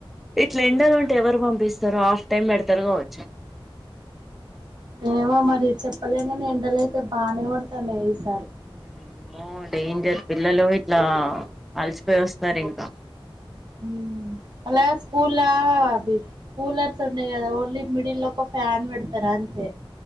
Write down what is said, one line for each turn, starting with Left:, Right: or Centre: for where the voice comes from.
Centre: ఇట్ల ఎండలుంటే ఎవరు పంపిస్త సారు హాఫ్ టైమ్ పెడతారు కావచ్చు
Right: ఏమో మరి చెప్పలేగాని ఎండల అయితే బానే కొడుతున్నాయి ఈస్
Centre: ఆమ్మో డేంజర్ పిల్లలు యి ఇలా అలసిపోయి వస్తారు ఇంకా
Right: హ్మ్ అలాస్ కూల అది కూలర్స్ ఉండేయి కదా ఓన్లీ మిడిల్ ఒక ఫ్యాన్ పెడతారా అంతే